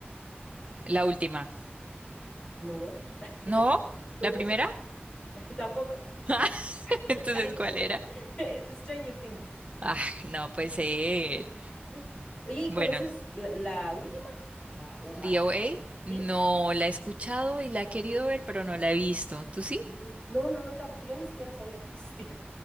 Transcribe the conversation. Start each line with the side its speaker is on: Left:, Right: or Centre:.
Right: la última.
Left: No, <laughs>
Right: ¿No?
Left: no,
Right: ¿La primera?
Left: <laughs> tampoco.
Right: <laughs>
Left: <laughs>
Right: Entonces,
Left: Entonces,
Right: ¿cuál era?
Left: <laughs> Stranger Things.
Right: Ah, no
Left: Ay,
Right: puede
Left: No
Right: ser.
Left: sabía. Oye, ¿y
Right: Bueno,
Left: conoces la, la última? Da
Right: DOA
Left: a,
Right: no
Left: ¿Sí?
Right: la he escuchado y la he querido ver, pero no la he visto. ¿Tú sí?
Left: Mm. No, no, no, tampoco. Yo ni siquiera sabía que existía.